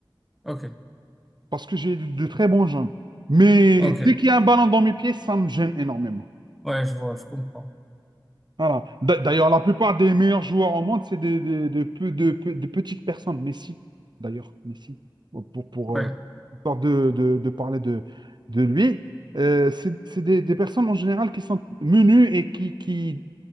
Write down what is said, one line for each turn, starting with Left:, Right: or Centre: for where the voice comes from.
Centre: ok,
Right: parce que j'ai de, de très bons jambes. Mais
Centre: ok.
Right: dès qu'il y a un ballon dans mes pieds, ça me gêne énormément.
Centre: Ouais, je vois, je comprends.
Right: Voilà. D'a- D'ailleurs, la plupart des meilleurs joueurs au monde, c'est des, des- des peu- de, peu- de petites personnes. Messi, d'ailleurs, Messi, pour, pour,
Centre: Ouais,
Right: euh, histoire de, de- de parler de, de lui, euh, c'est c'est des, des personnes en général qui sont menues et qui, qui